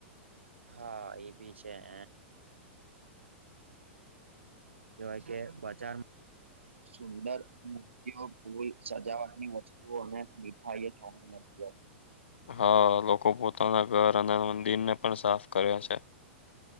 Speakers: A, on the right; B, on the left.
A: હા એ બી છે એ. કવાય કે બજાર સુંદર મૂર્તિઓ કોઈ સજાવટની વસ્ત તુઓ અને મીઠાઈ એ જોવા મળતી હોય.
B: હા લોકો પોતાના ઘર અને મંદિર ને પણ સાફ કરે છે.